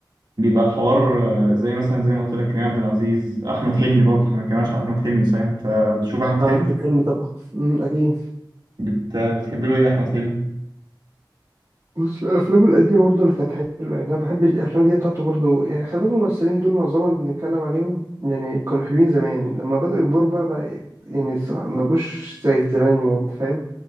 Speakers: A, on the right; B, on the right.
A: بيبقى الحوار آه، زي مثلا زي ما قلت لك كريم عبد العزيز احمد حلمي برضه احنا ما اتكلمناش عن احمد حلمي صحيح انت بتشوف احمد
B: اه
A: حلمي
B: الفيلم طبعا امم اكيد
A: بت... بتحب له ايه احمد حلمي
B: بص الافلام القديمه برضه اللي كانت حلوه يعني انا بحب الافلام دي بتاعته برضه يعني خلي بالك الممثلين دول معظمهم اللي بنتكلم عليهم يعني كانوا حلوين زمان لما بداوا يكبروا بقى بقى يعني الصراحه ما بقوش زي زمان يعني انت فاهم